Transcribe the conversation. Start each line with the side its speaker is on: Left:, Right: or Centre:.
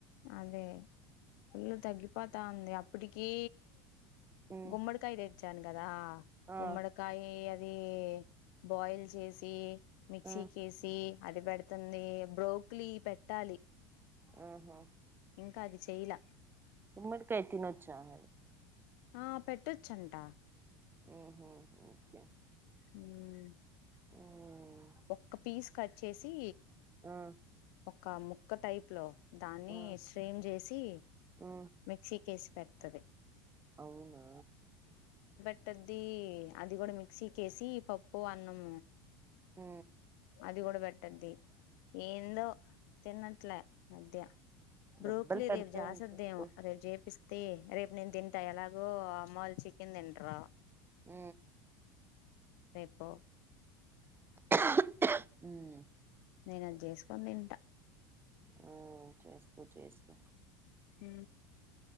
Left: అదే ఫల్ తగ్గిపాతా ఉంది అప్పటికి
Right: మ్మ్
Left: గుమ్మడుకాయద వచ్చాను కదా
Right: ఆ
Left: కుుమడకాయ అది బాయిల్ చేసి మిక్సీ
Right: ఆ
Left: కేసి అది పెడుతుంది బ్రోక్లీ పెట్టాలి
Right: ఆఓహో
Left: ఇంకా అది చెయలా
Right: తమ్ మడికాతిన చాల
Left: ఆ పెట్టొచ్చంట
Right: ఆ అకే <inaudible>
Left: హ <inaudible>
Right: ఆ <inaudible>
Left: ఒక్క పీస్ కట్ చేసి
Right: ఆ
Left: ఒక ముక్క టైప్ లో దాన్ని
Right: ఆ
Left: స్ట్రీమ్ చేసి
Right: ఆ
Left: మిక్సీకి వేసి పెట్ టది
Right: అవును
Left: పెట్టది అది కూడా మిక్సీ కేేసి పప్పు అన్నం
Right: హ
Left: అది కూడా పెట్టద్ది ఏందో తిన్నట్లే మధ్య బ్రోక్లీ
Right: దెబ్బలు పడతాయని
Left: రేపు జాసద్దేమో
Right: చెప్పు
Left: రేపు చేపిస్త రేపు నేను తింటను ఎలాగో అమ్మవాళ్ళు చికెన్ తింటరా
Right: ఊ
Left: రేపు
Right: <inaudible> మ్మ్
Left: నేను అది చేసుకోని తింట
Right: ఉ చేసు చేసు
Left: ఊ